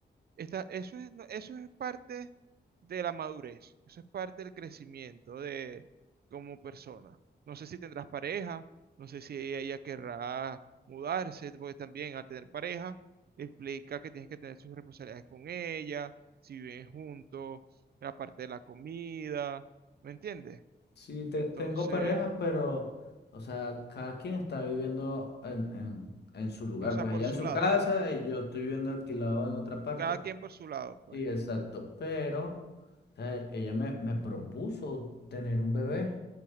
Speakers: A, on the right (about 60°); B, on the left (about 65°).
A: Está, eso es, no, eso es parte de la madurez, eso es parte del crecimiento de como persona. No sé si tendrás pareja, no sé si ella, querrá mudarse, porque también al tener pareja implica que tienes que tener sus responsabilidades con ella, si viven juntos, la parte de la comida, ¿me entiendes?
B: sí te-
A: Entonces,
B: tengo pareja, pero, o sea, cada quien está viviendo en, en, en su lugar.
A: o sea,
B: Pues
A: por
B: ella
A: su
B: en su
A: lado,
B: casa y yo estoy viviendo alquilado en otra parte.
A: cada quien por su lado, pues.
B: Sí, exacto. Pero, o sea, ella me, me propuso tener un bebé.